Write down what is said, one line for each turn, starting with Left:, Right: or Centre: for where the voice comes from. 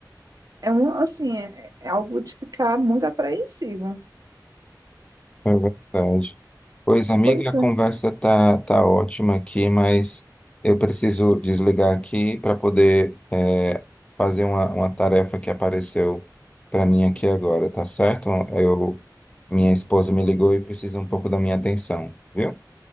Right: é um, assim, é, é algo de ficar muito apreensivo.
Left: É verdade. Pois, amiga,
Right: Pois
Left: a conversa
Right: é,
Left: tá, tá ótima aqui, mas eu preciso desligar aqui para poder é, fazer uma, uma tarefa que apareceu para mim aqui agora, tá certo? Eu, minha esposa me ligou e precisa um pouco da minha atenção, viu?